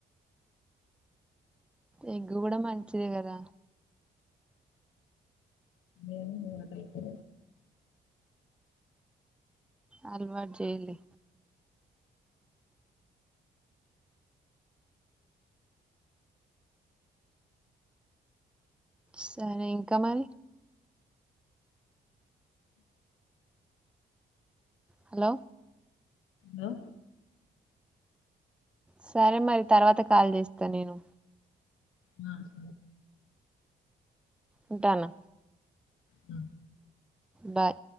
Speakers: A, in the centre; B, on the left.
A: ఎగ్గు కూడా మంచిదే కదా
B: ఏను ఉ టైపో
A: అలవాటు జైలి సరే ఇంకా మరి హలో
B: హలో
A: సరే మరి తర్వాత కాల్ చేస్తా నేను
B: నా స
A: ఉంటానా
B: ఆ
A: బాయ్